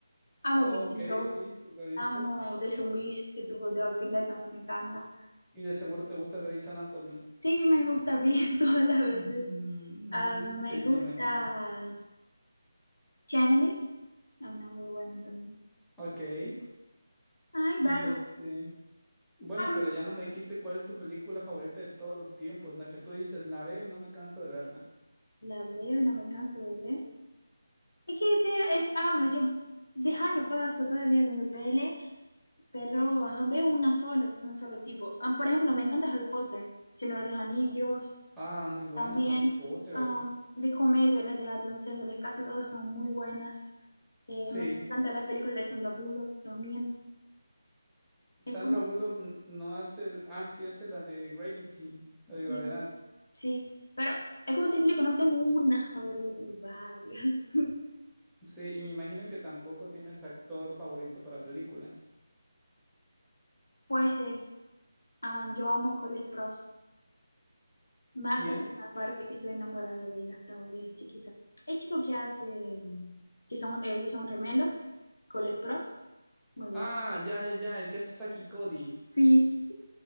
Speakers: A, on the left; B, in the centre.
A: Amo
B: Oh,
A: Vikingos,
B: Ok, sí, sí lo he visto.
A: amo de zombies que tuvo The Walking Dead, también me encanta.
B: Y de seguro te gusta Grey's Anatomy. <laughs>
A: Sí, me gusta bien <laughs> todas las veces.
B: Mm,
A: Ah, me
B: Sí,
A: gusta
B: me imaginé.
A: Shameless, es una muy buena también.
B: Ok,
A: Hay varias.
B: y este, Bueno,
A: Am,
B: pero ya no me dijiste cuál es tu película favorita de todos los tiempos, la que tú dices, la veo y no me canso de verla.
A: la veo y no me canso de ver. Es que te,
B: Sí.
A: eh, hablo, yo de años paso todavía viendo pele, pero no veo una sola, un solo tipo. Ah, por ejemplo, me encanta Harry Potter, Señor de los Anillos,
B: Ah, muy buena,
A: También
B: Harry Potter.
A: am, de comedia, las de Adam Sandler, casi todas son muy buenas. Eh,
B: Sí,
A: me encantan las películas de Sandra Bullock también. Es
B: Sandra
A: como,
B: Bullock n- no hace, el- ah, sí hace la de Gravity, la
A: sí,
B: de gravedad.
A: sí, pero es como te explico, no tengo una favorita, tengo varias. <laughs>
B: Sí, y me imagino que tampoco tienes actor favorito para películas.
A: Pues eh, am, yo amo Cole Sprouse, más
B: ¿Quién?
A: por la parte que estoy enamorada de él hasta hoy desde chiquita. El chico que hace, que son, ellos son gemelos, Cole Sprouse, muy bueno.
B: Ah, ya, ya, ya, el que hace Saki Cody.
A: Sí.